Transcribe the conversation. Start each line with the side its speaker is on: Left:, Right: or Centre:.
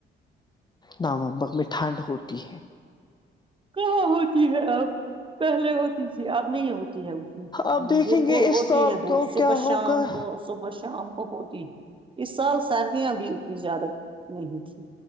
Left: نومبر میں ٹھنڈ ہوتی ہے
Right: کہاں ہوتی ہے اب پہلے ہوتی تھی اب نہیں ہوتی ہوتی
Left: اب دیکھیں
Right: دن
Left: گے
Right: کو
Left: اس
Right: ہوتی
Left: سال
Right: ہے تو صبح
Left: کیا ہوگا
Right: شام کو صبح شام کو ہوتی اس سال سردیاں بھی اتنی زیادہ نہیں تھی